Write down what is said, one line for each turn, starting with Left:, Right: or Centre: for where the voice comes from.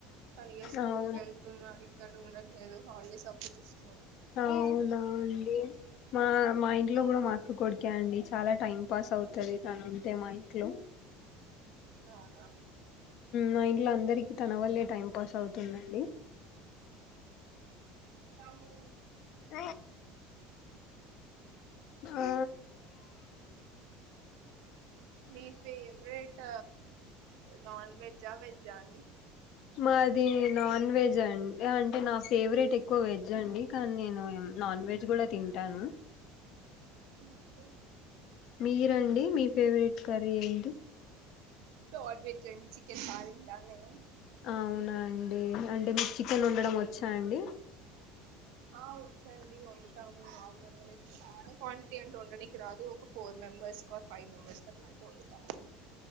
Right: కనిగా స్కూల్కి
Left: అవునా
Right: వెళ్తున్నాడు ఇక్కడ ఉండట్లేదు హాలిడేస్ అప్పుడు వస్తు.
Left: అవునా అండి మా మా ఇంట్లో
Right: అవునండి
Left: కూడా మా అక్క కొడుకే అండి చాలా టైం పాస్ అవుతది తను ఉంటే మా ఇంట్లో
Right: అవునా
Left: మా ఇంట్లో అందరికి తన వల్లే టైం పాస్ అవుతుందండి
Right: కవు
Left: అయ
Right: మాకు
Left: ఆ
Right: మీ ఫేవరెట్ నాన్ వెజా వెజా అండి
Left: మాది నాన్ వెజ్ అండి అంటే నా ఫేవరెట్ ఎక్కువ వెజ్ అండి కానీ నేను నాన్ వెజ్ గూడా తింటాను
Right: ఓకే
Left: మీరండి మీ ఫేవరెట్ కర్రీ ఏంటి
Right: నాన్ వెజ్ అండి చికెన్ బాగతింటాను నేను
Left: అవునాండి అంటే మీకు చికెన్ వొండడం వచ్చా అండి
Right: ఆ వచ్చండి వండుతాము నార్మల్ గా లేక్ చాలా క్వాంటిటీ అంటే వండడానికి రాదు ఒక ఫోర్ మెంబర్స్ క్ ఫైవ్ మెంబర్స్ గట్ల అంటూ వండుతానండి